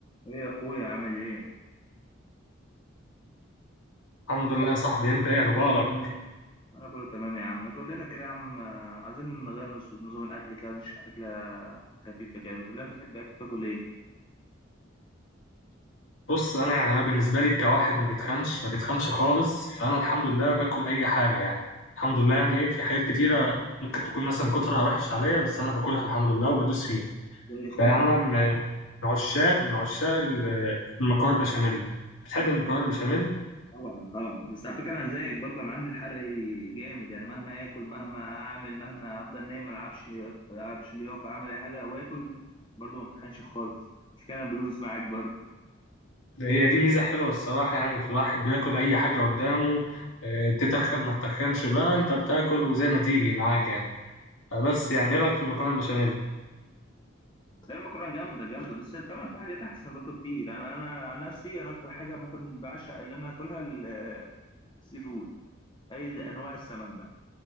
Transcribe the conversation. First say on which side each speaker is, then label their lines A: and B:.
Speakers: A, on the left (about 25°); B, on the left (about 85°).
A: ايه يا اخويا عامل ايه
B: الحمد لله يا صاحبي انت ايه اخبارك
A: انا كله تمام يا عم ما تقول لنا كده يا عم آه، عايزين نغير نص- نظام الاكل كده عايزين نشوف اكله خفيفه كده ما تقول لنا بتحب أكل- تاكل ايه
B: بص انا يعني انا بالنسبه لي كواحد ما بيتخنش ما بيتخنش خالص فانا الحمد لله باكل اي حاجه يعني الحمد لله يعني ايه في حاجات كتيره ممكن تكون مثلا كترها وحش عليا بس انا باكلها الحمد لله وبدوس فيها
A: زي اخوك
B: فيعني انا م- من عشاق من عشاق ال- المكرونه البشاميل بتحب المكرونه البشاميل
A: طبعا طبعا بس على فكره انا زيك برضه انا عندي الحرق جامد يعني مهما اكل مهما اعمل مهما افضل نايم ما العبش العبش لياقه اعمل اي حاجه واكل برضه ما بتخنش خالص مش كده انا بدوس معاك برضه
B: هي دي ميزه حلوه الصراحه يعني في الواحد بياكل اي حاجه قدامه اه، تتخن ما تتخنش بقى انت بتاكل وزي ما تيجي معاك يعني بس يعني ايه رايك في المكرونه البشاميل
A: لا المكرونه جامده جامده بس طبعا في حاجات احسن برضه كتير انا انا عن نفسي انا اكتر حاجه ممكن بعشق ان انا اكلها ال- السي فود اي انواع السمك بقى